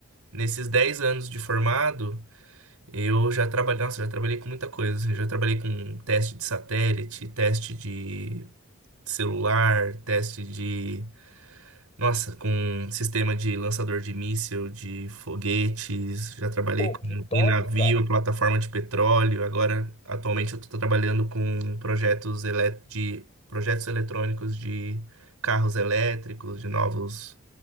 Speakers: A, on the right; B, on the left.
A: nesses 10 anos de formado, eu já trabalhei. Nossa, já trabalhei com muita coisa. assim, já trabalhei com teste de satélite, teste de celular, teste de nossa, com sistema de lançador de míssil, de foguetes, já trabalhei
B: Pô,
A: com,
B: que top,
A: em navio,
B: cara.
A: plataforma de petróleo. Agora, atualmente, eu estou trabalhando com projetos ele- de projetos eletrônicos de carros elétricos, de novos